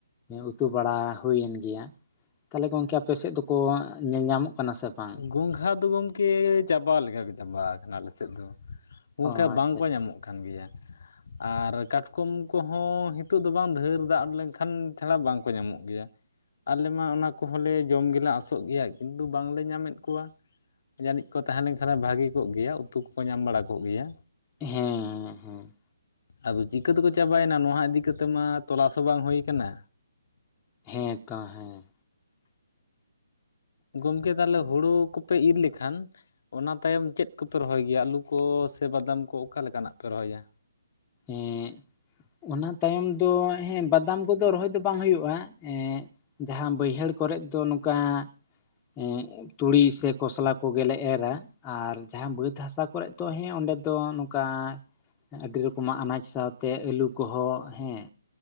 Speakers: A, on the left; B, on the left.
A: ᱩᱛᱩ ᱵᱟᱲᱟ ᱦᱩᱭᱮᱱ ᱜᱮᱭᱟ ᱛᱟᱦᱚᱞᱮ ᱜᱚᱢᱠᱮ ᱟᱯᱮ ᱥᱮᱫ ᱫᱚᱠᱚ ᱧᱮᱞ ᱧᱟᱢᱚᱜ ᱠᱟᱱᱟ ᱥᱮ ᱵᱟᱝ
B: ᱜᱚᱝᱜᱷᱟ ᱫᱚ ᱜᱚᱢᱠᱮ ᱪᱟᱵᱟ ᱞᱮᱠᱟ ᱠᱚ ᱪᱟᱵᱟ ᱠᱟᱱᱟ ᱟᱞᱮ ᱥᱮᱫ ᱫᱚ ᱚᱝᱠᱟ
A: ᱚ
B: ᱵᱟᱝᱠᱚ
A: ᱟᱪᱪᱷᱟ ᱟᱪᱪᱷᱟ
B: ᱧᱟᱢᱚᱜ ᱠᱟᱱ ᱜᱮᱭᱟ ᱟᱨ ᱠᱟᱴᱠᱚᱢ ᱠᱚᱦᱚᱸ ᱱᱤᱛᱚᱜ ᱫᱚ ᱵᱟᱝ ᱫᱷᱮᱨ ᱫᱟᱜ ᱞᱮᱱᱠᱷᱟᱱ ᱪᱷᱟᱲᱟ ᱵᱟᱝᱠᱚ ᱧᱟᱢᱚᱜ ᱜᱮᱭᱟ ᱟᱞᱮ ᱢᱟ ᱚᱱᱟ ᱠᱚᱦᱚᱸ ᱞᱮ ᱡᱚᱢ ᱜᱮᱞᱮ ᱟᱥᱚᱜ ᱜᱮᱭᱟ ᱠᱤᱱᱛᱩ ᱵᱟᱝᱞᱮ ᱧᱟᱢᱮᱫ ᱠᱚᱣᱟ ᱡᱟᱹᱱᱤᱡ ᱠᱚ ᱛᱟᱦᱮᱸ ᱞᱮᱱ ᱠᱷᱟᱱ ᱵᱷᱟᱹᱜᱤ ᱠᱚᱜ ᱜᱮᱭᱟ ᱩᱛᱩ ᱠᱚᱠᱚ ᱧᱟᱢ ᱵᱟᱲᱟ ᱠᱚᱜ ᱜᱮᱭᱟ
A: ᱦᱮᱸ
B: ᱟᱫᱚ ᱪᱤᱠᱟᱹᱛᱮᱠᱚ ᱪᱟᱵᱟᱭᱮᱱᱟ ᱱᱚᱣᱟ ᱤᱫᱤ ᱠᱟᱛᱮ ᱢᱟ ᱛᱚᱞᱟᱥ ᱦᱚᱸ ᱵᱟᱝ ᱦᱩᱭ ᱠᱟᱱᱟ
A: ᱦᱮᱸ ᱛᱚ ᱦᱮᱸ
B: ᱜᱚᱢᱠᱮ ᱛᱟᱦᱚᱞᱮ ᱦᱩᱲᱩ ᱠᱚᱯᱮ ᱤᱨ ᱞᱮᱠᱷᱟᱱ ᱚᱱᱟ ᱛᱟᱭᱚᱢ ᱪᱮᱫ ᱠᱚᱯᱮ ᱨᱚᱦᱚᱭ ᱜᱮᱭᱟ ᱟᱹᱞᱩᱠᱚ ᱥᱮ ᱵᱟᱫᱟᱢ ᱠᱚ ᱚᱠᱟ ᱞᱮᱠᱟᱱᱟᱜ ᱯᱮ ᱨᱚᱦᱚᱭᱟ
A: ᱮᱜ ᱚᱱᱟ ᱛᱟᱭᱚᱢ ᱫᱚ ᱦᱮᱸ ᱵᱟᱫᱟᱢ ᱠᱚᱫᱚ ᱨᱚᱦᱚᱭ ᱫᱚ ᱵᱟᱝ ᱦᱩᱭᱩᱜᱼᱟ ᱮ ᱡᱟᱦᱟᱸ ᱵᱟᱹᱭᱦᱟᱹᱲ ᱠᱚᱨᱮᱜ ᱫᱚ ᱱᱚᱝᱠᱟ ᱮ ᱛᱩᱲᱤ ᱥᱮ ᱠᱚᱥᱞᱟ ᱠᱚᱜᱮᱞᱮ ᱮᱨᱟ ᱟᱨ ᱡᱟᱦᱟᱸ ᱵᱟᱹᱛ ᱦᱟᱥᱟ ᱠᱚᱨᱮᱫ ᱫᱚ ᱦᱮᱸ ᱚᱸᱰᱮ ᱫᱚ ᱱᱚᱝᱠᱟ ᱟᱹᱰᱤ ᱨᱚᱠᱚ- -ᱠᱚᱢᱟ ᱟᱱᱟᱡᱽ ᱥᱟᱶᱛᱮ ᱟᱹᱞᱩ ᱠᱚᱦᱚᱸ ᱦᱮᱸ